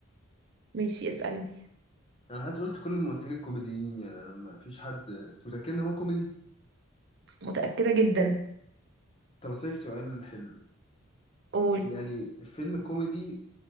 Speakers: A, on the right (about 60°); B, on the left (about 30°).
A: ماشي اسألني
B: انا حاسس قلت كل الممثلين كوميديين يعني انا ما فيش حد أنت متأكد ان هو كوميدي
A: متأكدة جدا
B: طب اسالك سؤال حلو
A: قول
B: يعني فيلم كوميدي